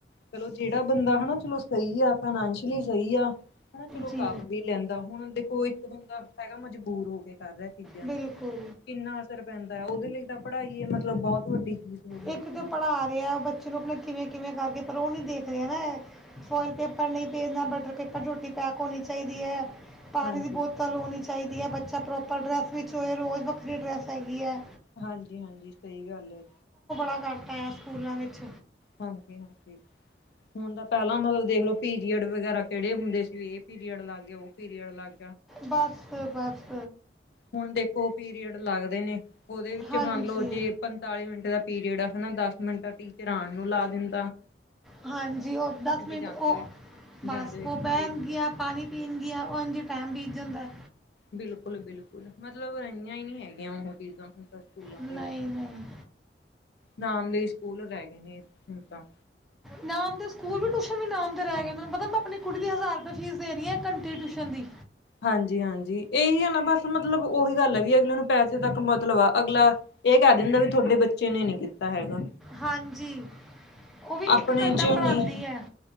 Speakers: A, on the left (about 65°); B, in the centre.
A: ਚਲੋ ਜਿਹੜਾ ਬੰਦਾ ਹਣਾ ਚਲੋ ਸਹੀ ਆ। ਫਾਈਨੇਸ਼ਿਅਲੀ ਸਹੀ ਆ, ਹਨਾ ਚਲੋ
B: ਜੀ
A: ਕਰ ਵੀ ਲੈਂਦਾ, ਹੁਣ ਦੇਖੋ ਇੱਕ ਬੰਦਾ ਹੈਗਾ ਮਜਬੂਰ ਹੋ ਕੇ ਕਰ ਰਿਹਾ ਏ।
B: ਬਿਲਕੁ
A: ਕਿੰਨਾ ਅਸਰ ਰ ਪੈਂਦਾ ਏ, ਉਹਦੇ ਲਈ ਤਾ ਪੜ੍ਹਾਈ ਹੀ ਮਤਲਬ ਬਹੁਤ ਵੱਡੀ ਚੀਜ਼ ਹੋ ਗਈ
B: ਇੱਕ
A: ਬੱਚੇ
B: ਤੇ
A: ਨੂੰ
B: ਪੜ੍ਹਾ ਰਿਹਾ ਬੱਚੇ ਨੂੰ ਆਪਨੇ ਕਿਵੇਂ-ਕਿਵੇਂ ਕਰਕੇ। ਪਰ ਉਹ ਨੀ ਦੇਖਦੇ ਨਾ, ਫੋਇਲ ਪੇਪਰ ਨਹੀਂ ਭੇਜਣਾ ਬਟਰ ਪੇਪਰ ਰੋਟੀ ਪੈਕ ਹੋਣੀ ਚਾਹੀਦੀ ਹੈ। ਪਾਣੀ
A: ਹਾਂਜੀ
B: ਦੀ ਬੋਤਲ ਹੋਣੀ ਚਾਹੀਦੀ ਹੈ, ਬੱਚਾ ਪ੍ਰੋਪਰ ਡਰੈੱਸ ਵਿੱਚ ਹੋਏ, ਰੋਜ਼ ਵੱਖਰੀ ਡਰੈੱਸ ਹੈਗੀ ਆ।
A: ਹਾਂਜੀ-ਹਾਂਜੀ ਸਹੀ ਗੱਲ ਏ।
B: ਏਦਾਂ ਕਰਤਾ ਆ ਸਕੂਲਾਂ ਵਿੱਚ।
A: ਹਾਂਜੀ-ਹਾਂਜੀ, ਹੁਣ ਤਾਂ ਪਹਿਲਾਂ ਮਤਲਬ ਦੇਖ ਲਓ ਪੀਰੀਅਡ ਵਗੈਰਾ ਕਿਹੜੇ ਹੁੰਦੇ ਸੀ, ਇਹ ਪੀਰੀਅਡ ਅਲੱਗ ਏ, ਉਹ ਪੀਰੀਅਡ ਅਲੱਗ।
B: ਬਸ-ਬਸ।
A: ਹੁਣ ਦੇਖੋ ਪੀਰੀਅਡ ਲੱਗਦੇ ਨੇ, ਉਹਦੇ ਵਿੱਚ
B: ਹਾਂਜੀ
A: ਮੰਨ ਲਓ ਜੇ ਪੰਤਾਲੀ ਮਿੰਟ ਦਾ ਪੀਰੀਅਡ ਆ। ਹਨਾ, ਦਸ ਮਿੰਟ ਤਾਂ ਟੀਚਰਾਂ ਆਣ ਨੂੰ ਲਾ ਦਿੰ
B: ਹਾਂਜੀ ਉਹ ਦਸ ਮਿੰਟ
A: ਜਾਂਦੇ
B: ਉਹ
A: ਹੋਏ
B: ਬਸ
A: ਜਾਂਦੇ ਹੋਏ
B: ਉਹ ਬਹਿਣਗੀਆਂ
A: ਵੇਸਟ ਕਰ
B: ਪਾਣੀ ਪੀਣਗੀਆਂ ਓਹ ਇੰਝ ਟਾਈਮ ਬੀਤ ਜਾਂਦਾ
A: ਬਿਲਕੁਲ ਬਿਲਕੁਲ ਮਤਲਬ ਰਹੀਆਂ ਹੀ ਨਹੀਂ ਹੈਗੀਆਂ ਉਹ ਚੀਜ਼ਾਂ। ਸਕੂਲਾਂ
B: ਨਹੀਂ
A: ਦੇ ਵਿੱਚ
B: ਨਹੀਂ
A: ਨਾਮ ਦੇ ਸਕੂਲ ਰਹਿ ਗਏ ਨੇ ਹੁਣ ਤਾਂ।
B: ਨਾਮ ਦੇ ਸਕੂਲ ਵੀ ਟਿਊਸ਼ਨ ਵੀ ਨਾਮ ਦੇ ਰਹਿ ਗਏ ਪਤਾ ਮੈਂ ਆਪਣੀ ਕੁੜੀ ਦੀ ਹਜ਼ਾਰ ਰੁਪਏ ਫੀਸ ਦੇ ਰਹੀ ਆ ਇੱਕ ਘੰਟੇ ਦੇ ਟਿਊਸ਼ਨ ਦੀ।
A: ਹਾਂਜੀ ਹਾਂਜੀ ਇਹੀ ਹੈ ਨਾ ਬਸ ਮਤਲਬ ਉਹੀ ਗੱਲ ਹੈ ਵੀ ਅਗਲੇ ਨੂੰ ਪੈਸੇ ਤੱਕ ਮਤਲਬ ਅਗਲਾ ਇਹ ਕਹਿ ਦਿੰਦਾ ਵੀ ਤੁਹਾਡੇ ਬੱਚੇ ਨੇ ਨੀ ਕੀਤਾ ਹੈਗਾ।
B: ਹਾਂਜੀ ਉਹ ਵੀ
A: ਆਪਣੇ
B: ਘੰਟਾ
A: ਚੋ
B: ਪੜ੍ਹਾਉਂਦੀ
A: ਨਹੀਂ
B: ਹੈ